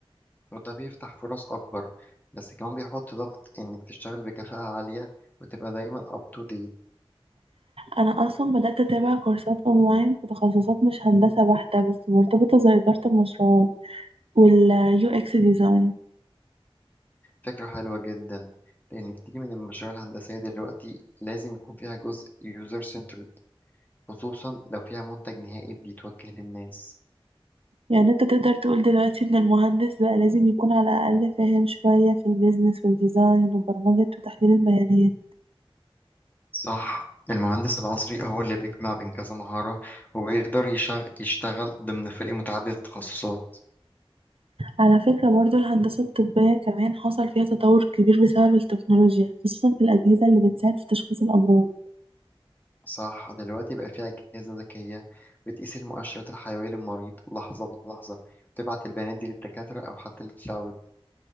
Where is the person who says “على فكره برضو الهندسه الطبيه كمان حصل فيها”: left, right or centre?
Right